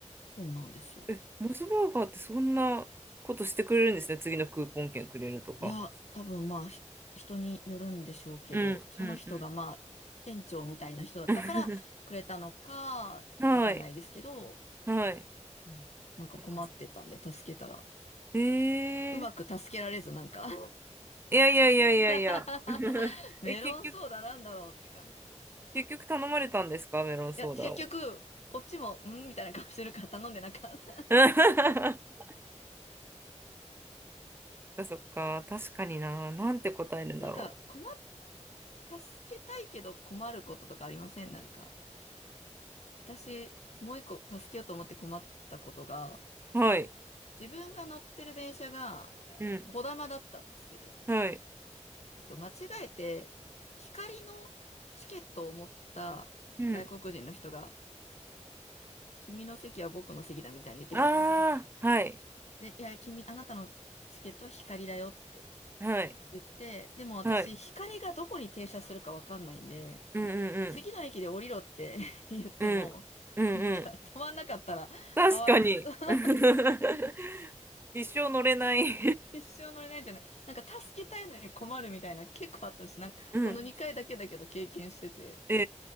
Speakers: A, on the left; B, on the right.
A: そうなんですよ。
B: え、モスバーガーってそんなことしてくれるんですね。次のクーポン券くれるとか。
A: いや、多分まあ、ひ人によるんでしょうけど、
B: うんうんうん。
A: その人がまあ、店長みたいな人だったからくれたのか、
B: <laughs> はい。
A: わかんないですけど、
B: はい。
A: うんなんか困ってたんで助けたら、
B: そっかそっか。え
A: うまく助けられず、
B: え。
A: なんか
B: いやいやいやいやいや。
A: <laughs>
B: <laughs>
A: メロンソーダなんだろうって感じ。
B: え、結局、
A: い
B: 結局頼まれたんですかメロンソーダを。
A: や、結局、こっちも、んみたいな顔してるから頼んでなかった。
B: <laughs> かそっか、確かにな。なんて答えるんだろ
A: <laughs> なんか、困っ、助けたいけど困ることとかありませんなんか。私、もう一個助けようと思って困ったことが、
B: う。はい。
A: 自分が乗ってる電車が、えーこだまだったんですけど、
B: うん。はい。
A: えっと、間違えて、光のチケットを持った外国人の人が、
B: うん。
A: 君の席は僕の席だみたいに言ってきたんですよ。
B: ああ、はい。
A: で、いや、君、あなたのチケットは光だよって
B: はい。
A: 言って、でも私、
B: はい。
A: 光がどこに停車するかわかんないんで、
B: うんうん
A: 次の駅で降りろって <laughs> 言っても、
B: うん。うん。うんうん。
A: なんか止まんなかったらかわいそう。
B: 確かに。
A: <laughs>
B: <laughs> 一生乗れない <laughs>
A: 一生乗れないんじゃないなんか助けたいのに困るみたいな結構あったし、なんかこの2回だけだけど経験してて。
B: うん。ええ